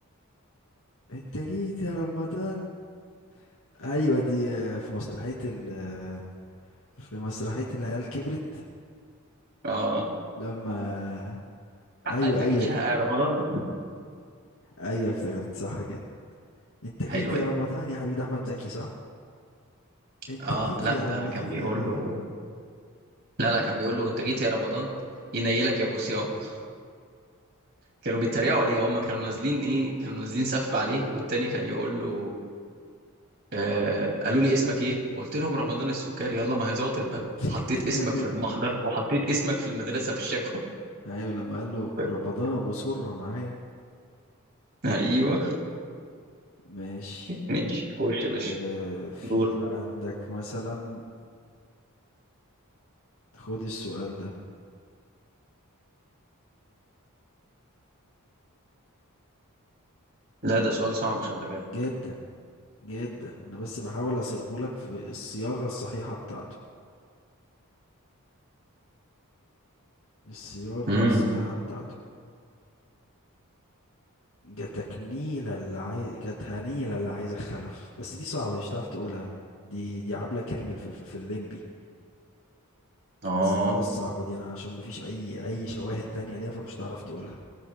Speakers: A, on the left (about 70°); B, on the right (about 50°).
A: انت جيت يا رمضان ايوه دي آه، في مسرحيه ال آه، في مسرحيه العيال كبرت
B: اه
A: لما
B: حق
A: ايوه
B: انت
A: ايوه
B: جيت شهق يا رمضان
A: ايوه افتكرت صح كده انت جيت
B: حلوه
A: يا
B: دي
A: رمضان يا حبيب احمد زكي صح انت
B: اه
A: جيت
B: لا
A: يا رمضان
B: ده كان بيقول
A: يا حبيبي
B: له لا لا كان بيقول له انت جيت يا رمضان ينيلك يا ابو صيام <laughs> كانوا بيتريقوا عليه هم كانوا نازلين ايه كانوا نازلين سف عليه والتاني كان يقول له آه قالوا لي اسمك ايه قلت لهم رمضان السكري يلا ما هي زاطت بقى
A: <laughs>
B: حطيت اسمك في المحضر وحطيت اسمك في المدرسة في الشكوى
A: ايوه لما قال له
B: <laughs>
A: رمضان ابو سرة معايا
B: ايوه
A: ماشي
B: ماشي خش يا باشا
A: آه في
B: دور
A: عندك مثلا خد السؤال ده
B: لا ده سؤال صعب خلي بالك
A: جدا جدا انا بس بحاول اصيغه لك في الصياغة الصحيحة بتاعته الصياغة
B: امم
A: الصحيحة بتاعته جاتك نيلة اللي عايز جاتها نيلة اللي عايزة خلف بس دي صعبة دي مش هتعرف تقولها دي دي عبلة كامل في الف- في الليمبي
B: اه
A: بس خلاص صعبة دي انا عشان مفيش اي اي شواهد تانية ليها فمش هتعرف تقولها